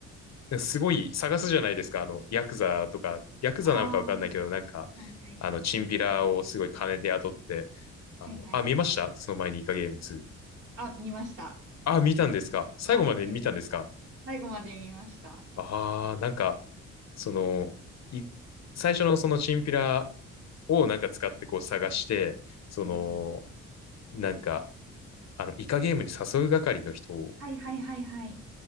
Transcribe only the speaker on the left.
すごい探すじゃないですか。あの、ヤクザとか、ヤクザなのかわかんないけど、
なんか、
あの、チンピラをすごい金で雇って、あの、
あ、見ましたその前にイカゲーム2。
あ、見たんですか最後まで見たんですか
ああー、なんか、その、い、最初のそのチンピラをなんか使ってこう探して、その、
なんか、あの、イカゲームに誘う係の人